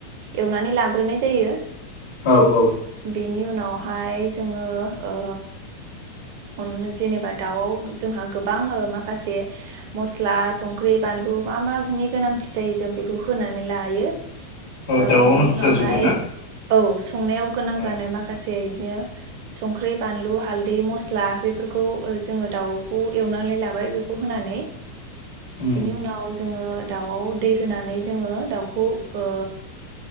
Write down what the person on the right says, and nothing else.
एवनानै लाग्रोनाय जायो।
बेनि उनाव बेवहाय जोङो ओ अन जेनेबा दाउआव जोंहा गोबां माखासे मस्ला संख्रि बानलु मा मानि गोनांथि जायो जों बेखौ होनानै लायो।
ओ
बिनि
उनावहाय
औ। संनायाव गोनां
जानाय माखासे इदिनो संख्रि, बानलु, हालदै, मसला मस्ला बेफोरखौ ओ जोङो दाउखौ एवनानै लाबाय बेखौ होनानै बेनि
उनाव जोङो दाउआव दै होनानै जोङो दाउखौ ओ